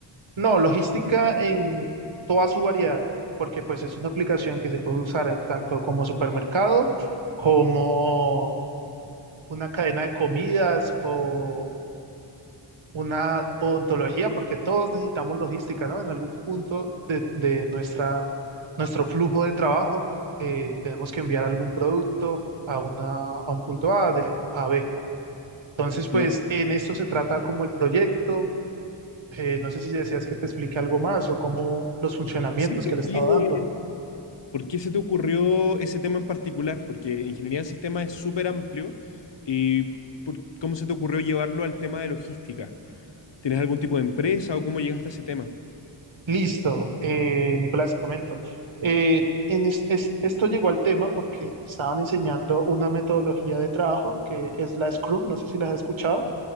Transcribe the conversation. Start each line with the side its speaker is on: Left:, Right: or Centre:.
Right: no, logística en toda su variedad, porque pues es una aplicación que se puede usar en tanto como supermercado, como una cadena de comidas o una odontología, porque todos necesitamos logística, ¿no? En algún punto de, de nuestra, nuestro flujo de trabajo, eh, tenemos que enviar algún producto a, una, a un punto A de A a B. Entonces,
Left: Efectivamente.
Right: pues en esto se trata como el proyecto. eh, no sé si deseas que te explique algo más o cómo los funcionamientos
Left: Sí, ¿por
Right: que le estaba
Left: qué,
Right: dando.
Left: por qué se te ocurrió ese tema en particular? Porque ingeniería de sistemas es súper amplio y por- ¿cómo se te ocurrió llevarlo al tema de logística? ¿Tienes algún tipo de empresa o cómo llegaste a ese tema?
Right: Listo, eh, Nicolás, te comento. Eh, en es- es- esto llegó al tema porque nos estaban enseñando una metodología de trabajo que es la Scrum, no sé si las has escuchado.